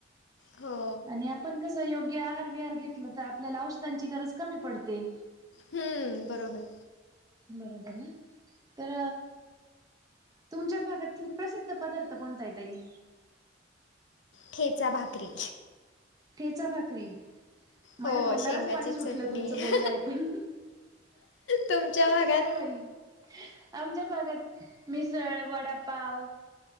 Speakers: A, on the left (about 70°); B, on the right (about 20°).
A: हो
B: आणि आपण कसं योग्य आहार विहार घेतलं तर आपल्याला औषधांची गरज कमी पडते
A: हम्म बरोबर
B: बरोबर ना तर तुमच्या भागातील प्रसिद्ध पदार्थ कोणता आहे ताई.
A: ठेचा भाकरी.
B: ठेचा भाकरी. माझ्या
A: हो
B: तोंडालाच
A: शेंगाची
B: पाणी सुटलं,
A: चटणी
B: तुमचं बोलणं ऐकून.
A: तुमच्या भागात
B: फार भारी. आमच्या भागात मिसळ वडापाव.